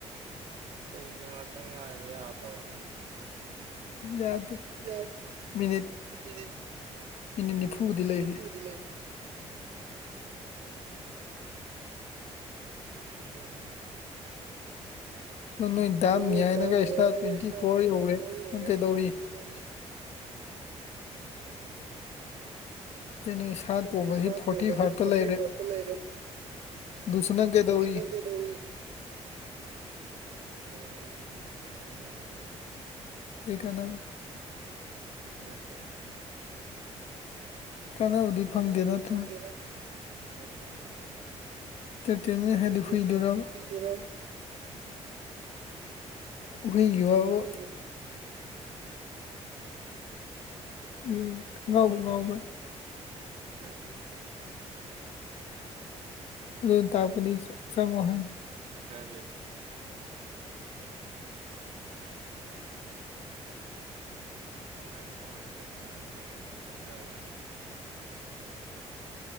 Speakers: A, on the right; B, on the left.
A: ꯀꯩꯒꯤꯅꯣ ꯃꯇꯪ ꯉꯥꯏꯕ ꯌꯥꯗ꯭ꯔꯕꯅꯣ
B: ꯌꯥꯗꯦ
A: ꯌꯥ
B: ꯃꯤꯅꯤꯠ
A: ꯃꯤꯅꯤꯠ
B: ꯃꯤꯅꯤꯠ ꯅꯤꯐꯨꯗꯤ
A: ꯏꯅꯦ
B: ꯂꯩꯔꯤ
A: ꯅꯤꯐꯨꯕꯨꯗꯤ ꯂꯩꯕꯤ ꯁꯉꯗꯕꯅꯤ
B: ꯑꯗꯣ ꯅꯣꯏ ꯗꯥꯝ
A: ꯁ ꯅꯣꯏ
B: ꯅꯤꯌꯥꯏꯅꯒ
A: ꯗꯥꯝꯅꯤ
B: ꯏꯁꯇꯥꯔ
A: ꯍꯥꯏꯅꯒ
B: ꯇ꯭ꯋꯦꯟꯇꯤ
A: ꯏꯁꯇꯥ
B: ꯐꯣꯔ
A: ꯇ꯭ꯋꯦꯟꯇꯤ
B: ꯌꯧꯔꯦ
A: ꯐꯣꯔ ꯌꯧꯔꯦ
B: ꯅꯪ ꯀꯩꯗꯧꯔꯤ
A: ꯅ ꯀꯩꯗꯧꯔꯤ ꯑꯩ ꯇꯝꯃꯤ
B: ꯑꯗꯩ ꯅꯣꯏ ꯁꯥ
A: ꯑꯩꯅ
B: ꯇꯣꯝꯕꯁꯤ
A: ꯏꯁꯥ
B: ꯐꯣꯔꯇꯤ
A: ꯇꯣꯡꯕꯁꯤ
B: ꯐꯥꯏꯚꯇ
A: ꯐꯣꯔꯇꯤ
B: ꯂꯩꯔꯦ
A: ꯐꯥꯏꯚꯇ ꯂꯩꯔꯦ
B: ꯑꯗꯨꯁꯨ ꯅꯪ ꯀꯩꯗꯧꯔꯤ
A: ꯂꯨꯁꯅ ꯀꯦꯗꯧꯔꯤ ꯑꯩꯁꯤ ꯒꯦꯝ ꯁꯥꯟꯖꯒꯦꯝ ꯐꯥꯏꯕꯣ
B: ꯀꯩ ꯀꯅꯕ
A: ꯑꯦꯟꯇꯔꯇꯦꯟꯃꯦꯟ
B: ꯀꯥꯟꯅꯕꯗꯤ
A: ꯀꯅꯕꯗꯤ
B: ꯐꯪꯗꯦ ꯅꯠꯇ꯭ꯔꯥ
A: ꯐꯪꯗꯦ ꯅꯠꯇꯔ ꯏꯟꯇꯔꯇꯃꯦꯟ
B: ꯏꯟꯇꯔꯇꯦꯟꯃꯦꯟ ꯍꯥꯏꯗꯤ
A: ꯇ ꯇꯦꯃꯤ
B: ꯍꯨꯏꯗꯨꯔꯕ
A: ꯍꯨꯏꯗꯨ ꯗꯔ
B: ꯍꯨꯏꯒꯤ ꯋꯥꯕꯨ
A: ꯍꯨꯏ
B: ꯌꯦ ꯉꯥꯎꯕ
A: <inaudible> ꯍꯣꯗ
B: ꯉꯥꯎꯕ꯭ꯔꯥ
A: ꯔꯦ ꯔꯦꯠ ꯇ ꯍꯧꯗ꯭ꯔꯦ
B: ꯑꯗꯨ ꯇꯄꯗꯤ ꯆ ꯆꯉꯣ ꯍꯥꯏ
A: ꯈ꯭ꯔꯦ ꯆꯪꯈꯤꯔꯣꯏ ꯉꯥꯏ ꯈꯣꯏ ꯄꯣꯠ ꯆꯩ ꯀꯩ ꯀꯩꯅꯣ ꯈꯔ ꯇꯧꯕ ꯌꯥꯕ ꯌꯦꯡꯈꯤꯒꯦ